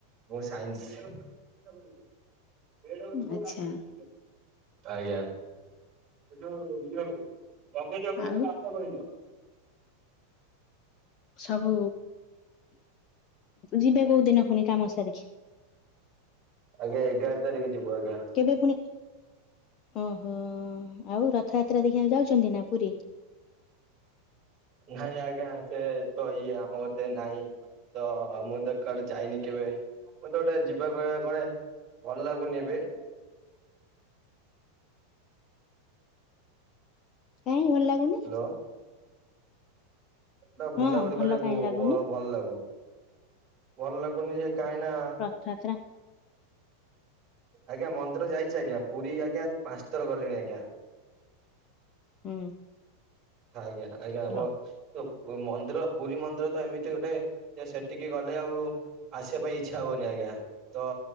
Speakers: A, on the right; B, on the left.
A: ମୁଁ ସାଇନ୍ସ। ଆ ବୁଢ଼ୀଟେ ଆଜ୍ଞା ସେ
B: ଆଚ୍ଛା
A: ଯୋଉ ଲଗେଜ ଉପରେ ସବୁ ବ୍ୟାଙ୍କସ ଗୁରେଇ
B: ଆଉ
A: ଦିଅ।
B: ସବୁ ଯିବେ କୋଉ ଦିନ ପୁଣି କାମ ସାରିକି?
A: ଆଜ୍ଞା ଏଗାର ତାରିକି ଯିବୁ ଆଜ୍ଞା।
B: କେବେ ପୁଣି ଓହୋ ଆଉ ରଥଯାତ୍ରା ଦେଖିବାକୁ ଯାଉଛନ୍ତି ନା ପୁରୀ?
A: ନାଇଁ ଆଜ୍ଞା ସେ ତ ଇଏ ଆମ କତେ ନାଇଁ। ତ ମୁଁ ତ କୁଆଡେ ଯାଇନି କେବେ ମୁଁ ତ ଗୋଟେ ଯିବା କ କଳେ। ଭଲ ଲାଗୁନି ଏବେ
B: କାହିଁ ଭଲ ଲାଗୁନି?
A: ହ୍ୟାଲୋ ତ ବୁଲାବୁଲି
B: ହଁ ଭଲ
A: କରିବାକୁ
B: କାହିଁ ଲାଗୁନି
A: ବ ଭଲ ଲାଗୁ ଭଲ ଲାଗୁନି ଯେ କାହିଁ ନା
B: ଛତା
A: ଆଜ୍ଞା ମନ୍ଦିର ଯାଇଛି ଆଜ୍ଞା ପୁରୀ ଆଜ୍ଞା ପାଞ୍ଚଥର ଗଲିଣି ଆଜ୍ଞା।
B: ହୁଁ।
A: ଆଜ୍ଞା ଆଜ୍ଞା ହବ।
B: ର
A: ମନ୍ଦିର ପୁରୀ ମନ୍ଦିର ତ ଏମିତି ଗୋଟେ ଯେ ସେଠିକି ଗଲେ ଆଉ ଆସିବା ପାଇଁ ଇଚ୍ଛା ହବନି ଆଜ୍ଞା ତ